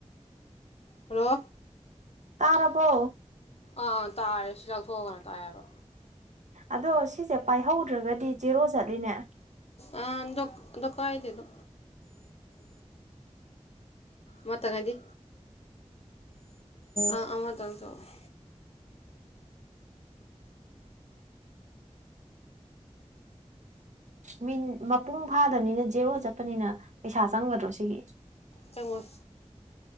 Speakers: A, on the left; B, on the right.
A: ꯍꯂꯣ
B: ꯇꯥꯔꯕꯣ
A: ꯑꯥ ꯇꯥꯔꯦ ꯁꯤ ꯂꯧꯊꯣꯛꯑ ꯀꯥꯟꯗ ꯇꯥꯏ ꯍꯥꯢꯕ
B: ꯑꯗꯣ ꯁꯤꯁꯦ ꯄꯥꯏꯍꯧꯗ꯭ꯔꯒꯗꯤ ꯖꯦꯔꯣ ꯆꯠꯂꯤꯅꯦ
A: ꯑ ꯗꯣ ꯗꯣ ꯀꯥꯢꯗꯦꯗ ꯑꯃꯇꯪ ꯍꯥꯢꯗꯤ ꯑꯥ ꯑꯃꯇꯪ ꯇꯧꯔꯛꯑꯣ
B: ꯃꯤꯟ ꯃꯄꯨꯡ ꯐꯥꯗꯕꯅꯤꯅ ꯖꯦꯔꯣ ꯆꯠꯄꯅꯤꯅ ꯄꯩꯁꯥ ꯆꯪꯒꯗ꯭ꯔꯣ ꯁꯤꯒꯤ
A: ꯆꯪꯉꯣꯏ